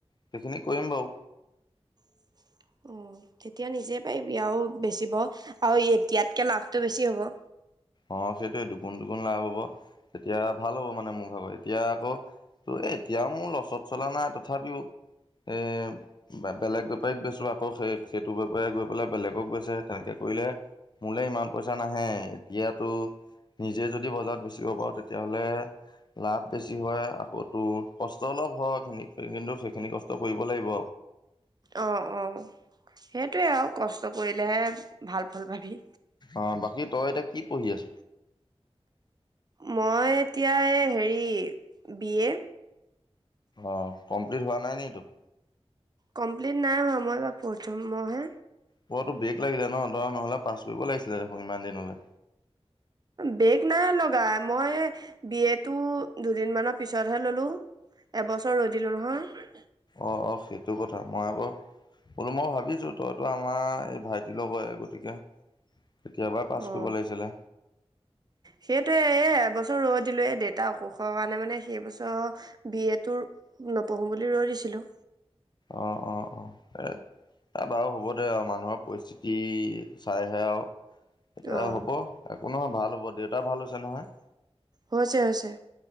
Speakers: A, on the left; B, on the right.
A: সেইখিনি কৰিম বাৰু।
B: <inaudible> অ, তেতিয়া নিজেই পাৰি আৰু বেচিব। আৰু এতিয়াতকে লাভটো বেছি হ'ব।
A: অ, সেইটোৱে দুগুণ- দুগুণ লাভ হব। তেতিয়া ভাল হ'ব মানে মোৰ ভাগৰ এতিয়া আকৌ, ত' এ এতিয়াও মোৰ লচত চলা নাই। তথাপিও এ, বেলেগ বেপাৰীক বেচো আকৌ সেই সেইটো বেপাৰীয়ে গৈ পেলাই বেলেগক বেচে। তেনেকে কৰিলে। মোলৈ ইমান পইচা নাহে। এতিয়াতো নিজে যদি বজাৰত বেচিব পাৰো, তেতিয়াহ'লে লাভ বেছি হয়, আকৌ তোৰ কষ্ট অলপ হয়খিনি কিন্তু সেইখিনি কষ্ট কৰিব লাগিব।
B: অ', অ' সেইটোৱে আৰু কষ্ট কৰিলেহে ভাল ফল পাবি।
A: অ' বাকী তই এতিয়া কি পঢ়ি আছ।
B: মই এতিয়া হেৰি বি এ
A: অ' কমপ্লিট হোৱা নাই নি এইটো
B: কমপ্লিট নাই হোৱা। মই বাৰ পঢ়ম মইহে
A: পোৱাটো বেগ লাগিলে ন দৰা নহলে পাছ কৰিব লাগিছিলে। দেখোন ইমান দিন হলে
B: বেগ নাই লগাই মই বিয়টো দুদিন মৰ পিছতহে ললো এবছৰ ৰৈ দিলো নহয়
A: অ', অ' সেইটো কথা মই আকৌ বোলো মই ভাবিছো তইতো আমাৰ এই ভাইটিৰ লগ হৈ গতিকে কেতিয়াবাই পাছ
B: অ,
A: কৰিব লাগিছিলে
B: সেইটোৱে এ এবছৰ ৰদ দিলোয় দেট এটা অসুখৰ কাৰণে মানে সেই বছৰ বি এটো নপঢ়োঁ বুলি ৰৈ দিছিলোঁ।
A: অ', অ', অ'। ত, বাৰু হ'ব দে আৰু মানুহৰ পৰিস্থিতি চাইহে আৰু। এতিয়া
B: অ',
A: হ'ব একো নহয় ভাল হ'ব দেউতা ভাল হৈছে নহয়?
B: হৈছে হৈছে,